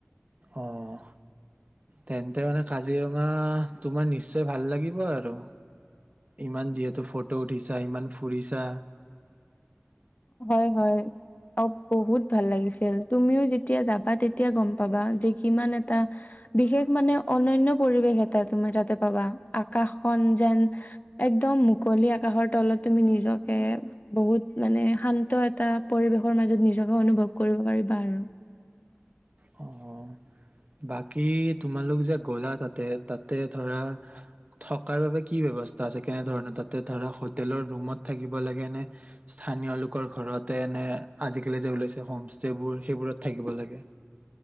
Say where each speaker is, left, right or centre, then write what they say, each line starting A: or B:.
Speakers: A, on the right; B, on the left.
A: অঁ তেন্তে মানে কাজিৰঙা তোমাৰ নিশ্চয় ভাল লাগিব আৰু, ইমান যিহেতু ফটো উঠিছা ইমান ফুৰিছা।
B: হয় হয়। অ বহুত ভাল লাগিছিল তুমিও যেতিয়া যাবা তেতিয়া গম পাবা যে কিমান এটা, বিশেষ মানে অনন্য পৰিৱেশ এটা তুমি তাতে পাবা আকাশখন‌ যেন, একদম, মুকলি আকাশৰ তলত, তুমি নিজকে বহুত মানে, শান্ত, এটা পৰিৱেশৰ মাজত নিজকে, অনুভৱ কৰিব পাৰিবা আৰু,
A: অঁ। বাকী, তোমালোক যে গ'লা তাতে, তাতে ধৰা থকাৰ বাবে কি ব্যৱস্থা আছে কেনেধৰণৰ, তাতে ধৰা হোটেলৰ ৰুমত, থাকিব লাগে নে, স্থানীয় ঘৰতে নে, আজিকালি যে ওলাইছে, হোম ষ্টেবোৰ, সেইবোৰত থাকিব লাগে?